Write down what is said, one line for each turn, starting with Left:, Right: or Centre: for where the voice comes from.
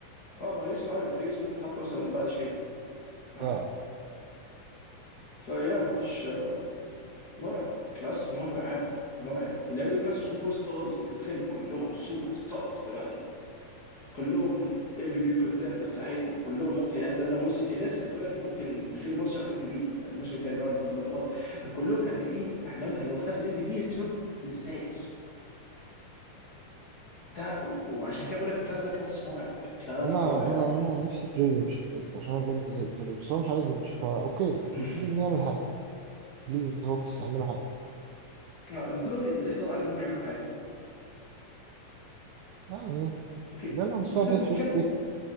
Left: اه ما تيريس ايوه تيريس ممكن تحط مثلا بعد شيء اه
Right: اه
Left: فيا ما فيش آه، مرعب كلاس مرعب مرعب واللعيبه دي كلها سوبر ستارز انت تخيل كلهم سوبر ستارز دلوقتي كلهم ام في بي كونتندرز عادي كلهم ممكن يعني انت لو موسم الناس كانت بتقول لك ان ممكن جوني بوس ياخد ام في بي الموسم اللي فات اللي هو اللي فضل كلهم كان ايه يعني لو انت لو خدوا الام في بي مش تقول ازاي ده وعشان كده بقول لك الكلاس ده كلاس مرعب كلاس
Right: انا
Left: مرعب
Right: انا انا نفسي تري يمشي بجد عشان انا بجد زهقت له بس هو مش عايز يمشي فا اوكي
Left: <laughs>
Right: نبتدي نعمل حاجه بليز هوكس اعملوا حاجه
Left: آه، المفروض هو يضغط عليهم انهم يعملوا حاجه
Right: يعني
Left: اوكي
Right: جالهم الساعه
Left: بس
Right: فات
Left: نتكلم
Right: فيرست بيك